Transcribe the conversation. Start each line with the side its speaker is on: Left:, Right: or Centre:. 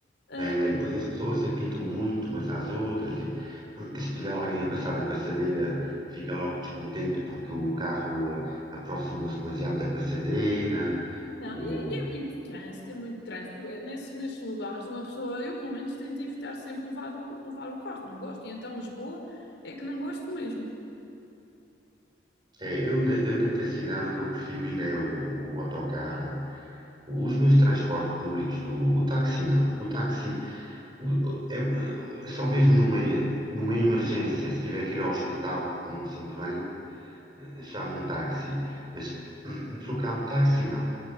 Left: Ah,
Right: É, e depois as pessoas apitam muito umas às outras e se tiver alguém a passar na passadeira fica logo descontente porque o carro ah, aproximou-se demasiado da passadeira.
Left: não,
Right: O,
Left: e é, e é muito trânsito, é muito trânsito. É nesse, nesses lugares, uma pessoa, eu pelo menos tento evitar sempre levar o, levar o carro, não gosto. E então Lisboa é que não gosto mesmo.
Right: é, eu, na- eu dentro da cidade o que eu prefiro ainda é o, o autocarro. Os meus transportes públicos do, o táxi não. O táxi O- é- é só mesmo numa, numa emergência, se tiver que ir ao hospital porque não me sinto bem, eh, chamo um táxi. Mas hum, deslocar-me de táxi, não.